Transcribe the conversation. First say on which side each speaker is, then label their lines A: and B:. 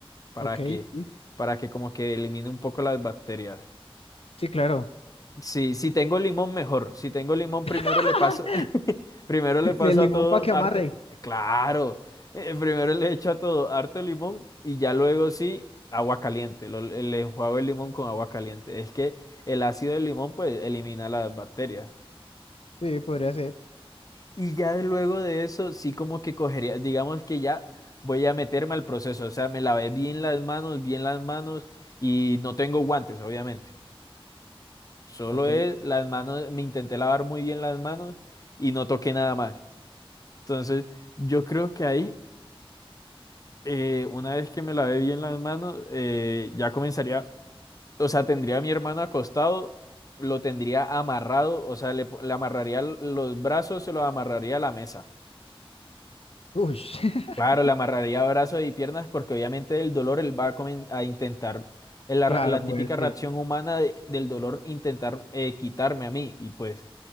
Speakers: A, on the left; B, on the left.
A: para
B: Ok,
A: que,
B: sí.
A: para que como que elimine un poco las bacterias.
B: Sí, claro.
A: Sí, si tengo limón, mejor. Si tengo limón, primero
B: <laughs>
A: le paso, <laughs> primero le paso
B: El limón
A: a todo
B: para que
A: harto,
B: amarre.
A: claro, eh, primero le echo a todo harto limón y ya luego sí, agua caliente. Lo- le enjuago el limón con agua caliente. Es que el ácido del limón pues elimina las bacterias.
B: Sí, podría ser.
A: Y ya de luego de eso, sí como que cogería, digamos que ya voy a meterme al proceso, o sea, me lavé bien las manos, bien las manos y no tengo guantes, obviamente. Solo
B: Ok.
A: es las manos, me intenté lavar muy bien las manos y no toqué nada más. Entonces, yo creo que ahí, eh, una vez que me lavé bien las manos, eh, ya comenzaría, o sea, tendría a mi hermano acostado, lo tendría amarrado, o sea, le, po- le amarraría l- los brazos, se los amarraría a la mesa.
B: Uy, <laughs>
A: Claro, le amarraría brazos y piernas porque obviamente el dolor él va a, comen- a intentar, eh, la,
B: claro,
A: ra- la
B: moverse.
A: típica reacción humana de- del dolor, intentar eh, quitarme a mí y pues...